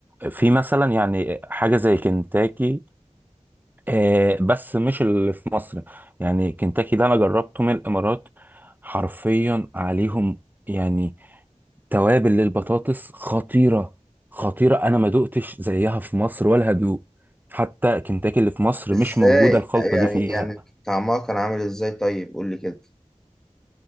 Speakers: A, on the right; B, in the centre.
A: في مثلا يعني حاجة زي كنتاكي آه، بس مش اللي في مصر يعني كنتاكي ده انا جربته من الامارات حرفيا عليهم يعني توابل للبطاطس خطيرة خطيرة أنا ما دقتش زيها في مصر ولا هدوق حتى كنتاكي اللي في مصر
B: ازاي
A: مش موجودة الخلطة دي
B: يعني
A: فيها
B: يعني طعمها كان عامل ازاي طيب قول لي كده